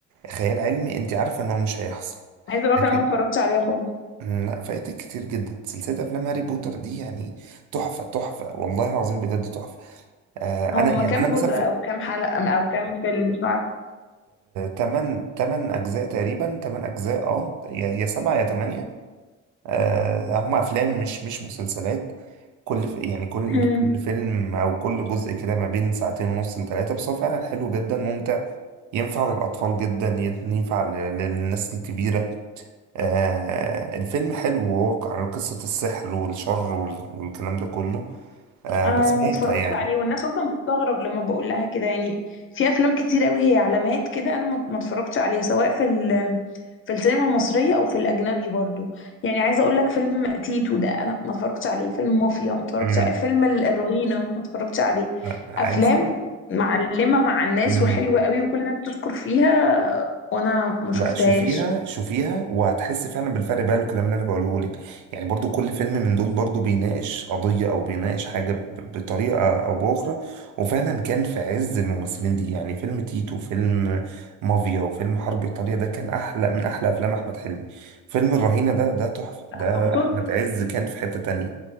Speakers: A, on the right; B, on the left.
A: خيال علمي انت عارفه ان هو مش هيحصل
B: عايزة اقول لك
A: لكن
B: انا ما اتفرجتش عليها خالص
A: مم، لا فايتك كتير جدا سلسله افلام هاري بوتر دي يعني تحفه تحفه والله العظيم بجد تحفه آه،
B: هم
A: انا يعني
B: كام
A: انا مثلا
B: جزء
A: في
B: او كام حلقة او كام فيلم مش
A: 8 8 اجزاء تقريبا 8 اجزاء اه يا 7 يا 8 آه، هم افلام مش مش مسلسلات كل ف- يعني كل
B: عارفة
A: كل فيلم او كل جزء كده ما بين ساعتين ونص لثلاثه بس هو فعلا حلو جدا ممتع ينفع للاطفال جدا ينفع ل- للناس الكبيره آه الفيلم حلو وهو عن قصه السحر والشر وال- والكلام ده كله آه
B: آه
A: بس
B: ما
A: ممتع
B: اتفرجتش
A: يعني
B: عليه والناس اصلا بتستغرب لما بقول لها كده يعني في افلام كتير قوي هي علامات كده انا ما ما اتفرجتش عليها سواء في ال في السينما المصريه او في الاجنبي برضو يعني عايزه اقول لك فيلم تيتو ده انا ما اتفرجتش عليه فيلم مافيا ما اتفرجتش
A: امم
B: عليه فيلم ال- الرهينه ما اتفرجتش عليه
A: لا عايز
B: افلام معلمه مع الناس
A: مم.
B: وحلوه قوي وكل الناس بتشكر فيها وانا ما شفتهاش
A: لا شوفيها شوفيها وهتحس فعلا بالفرق بقى الكلام اللي انا بقوله لك يعني برضو كل فيلم من دول برضو بيناقش قضية او بيناقش حاجة ب- بطريقة او باخرى وفعلا كان في عز الممثلين دي يعني فيلم تيتو فيلم مافيا وفيلم حرب ايطاليا ده كان احلى من احلى افلام احمد حلمي فيلم الرهينة ده ده تحفة ده
B: تقصد
A: آه. احمد عز كان في حتة تانية